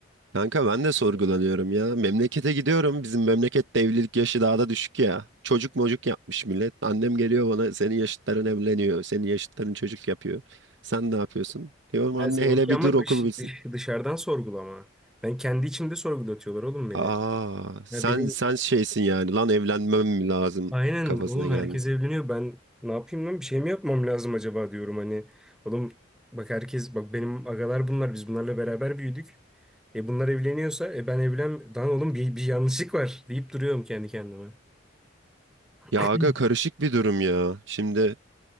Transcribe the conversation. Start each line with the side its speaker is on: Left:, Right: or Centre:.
Right: Kanka ben de sorgulanıyorum ya. Memlekete gidiyorum. Bizim memlekette evlilik yaşı daha da düşük ya. Çocuk mocuk yapmış millet. Annem geliyor bana senin yaşıtların evleniyor. Senin yaşıtların çocuk yapıyor. Sen ne yapıyorsun? Diyorum
Centre: Ha
Right: anne
Centre: seninki
Right: hele bir
Centre: ama
Right: dur okul
Centre: dış,
Right: bitsin.
Centre: dış dışarıdan sorgulama. Ben kendi içimde sorgulatıyorlar oğlum beni.
Right: Aa, sen
Centre: Ya benim
Right: sen şeysin yani lan evlenmem mi lazım
Centre: aynen
Right: kafasına
Centre: oğlum
Right: geldin.
Centre: herkes evleniyor. Ben ne yapayım lan bir şey mi yapmam lazım acaba diyorum hani. Oğlum bak herkes bak benim agalar bunlar biz bunlarla beraber büyüdük. E bunlar evleniyorsa e ben evlen lan oğlum bir, bir yanlışlık var deyip duruyorum kendi kendime.
Right: Ya
Centre: <clears throat>
Right: aga karışık bir durum ya. Şimdi